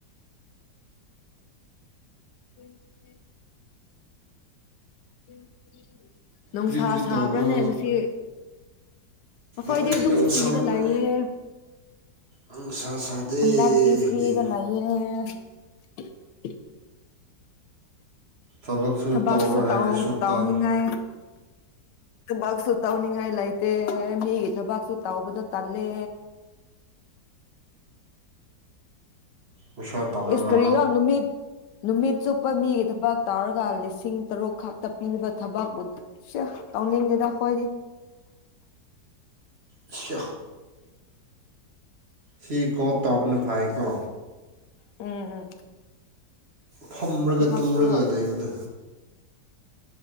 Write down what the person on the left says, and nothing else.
ꯎꯝ <unintelligible> ꯅꯨꯡꯁꯥ
ꯁꯥꯕ꯭ꯔꯥꯅꯦ
ꯉꯁꯤ ꯑꯩꯈꯣꯏꯗꯤ
ꯑꯗꯨꯝ
ꯐ꯭ꯔꯤꯗ ꯂꯩꯑ
ꯍꯟꯗꯛꯇꯤ ꯐ꯭ꯔꯤꯗ
ꯂꯩꯑ <unintelligible>
ꯊꯕꯥꯥꯛꯁꯨ
ꯇꯑꯣ ꯇꯥꯎꯅꯤꯉꯑ
ꯊꯕꯛꯁꯨ ꯇꯧꯅꯤꯡꯉꯥꯏ ꯂꯩꯇꯦ ꯃꯤꯒꯤ ꯊꯕꯛꯁꯨ ꯇꯥꯎꯕꯗꯣ ꯇꯜꯂꯦ
ꯏꯁꯀꯔꯤꯅ ꯃꯤ ꯅꯨꯃꯤꯠ ꯆꯨꯞꯄ ꯃꯤꯒꯤ ꯊꯕꯛ ꯇꯧꯔꯒ ꯂꯤꯁꯤꯡ ꯇꯔꯨꯛ ꯈꯛꯇ ꯄꯤꯕ ꯊꯕꯛꯄꯨ ꯇꯧꯅꯤꯡꯗꯦꯗ ꯍꯣꯏꯗꯤ
ꯎꯝ ꯎꯝ
ꯊꯕꯛꯁꯨ